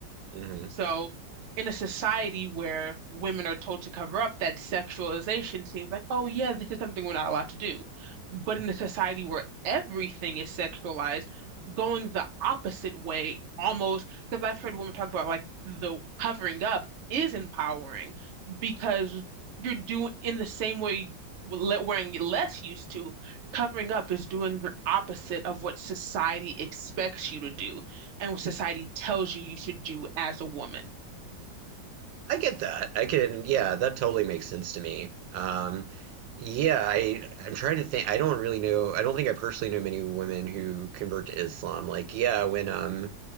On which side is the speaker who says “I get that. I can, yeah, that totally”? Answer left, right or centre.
Right